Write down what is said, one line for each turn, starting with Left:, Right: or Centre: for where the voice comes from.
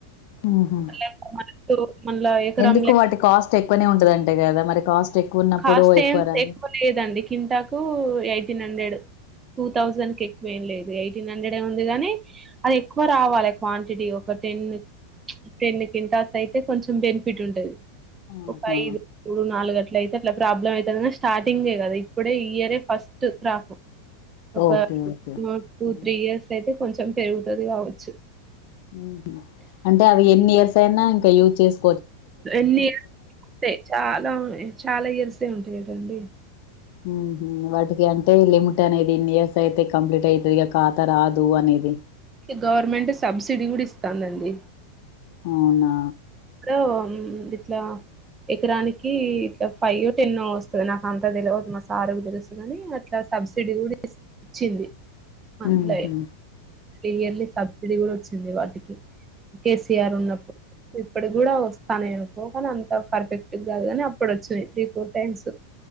Left: మ్ హు
Right: మళ్ళా మనకు మళ్ళా ఎకరం
Left: ఎందుకు
Right: లె
Left: వాటి కాస్ట్ ఎక్కువనే ఉంటదంట కదా మరి కాస్ట్ ఎక్కువ ఉన్నప్పుడు
Right: కాస్ట్ ఏం
Left: రాదా
Right: ఎక్కువ లేదండి కింటకు ఎయిటీన్ హండ్రెడ్ టూ థౌజండ్ కి ఎక్కువ ఏం లేదె ఎయిటీన్ హండ్రెడ్ ఉంది గానీ అది ఎక్కువ రావాలి క్వాంటిటీ ఒక టెన్ చ్ టెన్ కింటాస్ అయితే కొంచెం బెనిఫిట్ ఉంటది
Left: ఆహా
Right: ఒక ఐదు మూడు నాలుగు గట్ల అయితే ఇట్లా ప్రాబ్లం అయితదనె స్టార్టింగే కదా ఇప్పుడే ఇయరే ఫస్ట్ క్రాపు ఒక
Left: ఓకే
Right: ఉ
Left: ఓకే
Right: మ్ టూ
Left: ఉమ్.
Right: త్రీ ఇయర్స్ అయితే కొంచెం పెరుగుతది కావచ్చు
Left: ఉ హు అంటే అవి ఎన్ని ఇయర్స్ అయినా ఇంకా యూజ్ చేసు
Right: ఎన్ని ఇయర్స్ ఉంటే చాలా వునయ్ చాలా ఇయర్సె ఉంటాయటండి
Left: ఉ హు వాటికి అంటే లిమిట్ అనేది ఇన్ని ఇయర్స్ అయితే క కంప్లీట్ యితే ఇక ఖాతా రాదు అనేది
Right: గవర్నమెంట్ సబ్సిడీ గుడి ఇస్తాందండి
Left: అవునా
Right: ఓ మ్ ఇట్ల ఎకరానికి ఇట్లా ఫైవ్ టెన్నొ వస్తది నాకు అంతా తెలివదు మా సార్ వొళకి తెలుసు కాని అట్లా సబ్సిడీ కూడా ఇస్త్ ఇచ్చింది మంత్లే
Left: ఉహు
Right: ఇయర్లీ సబ్సిడీ కూడా వచ్చింది వాటికి కేసీఆర్ ఉన్నప్పుడు ఇప్పటిగి కూడా వస్తానై అనుకో గానీ అంత ఫర్ఫెక్ట్ కాదు గాని అప్పుడు వచ్చినయ్ త్రీ ఫోర్ టైమ్స్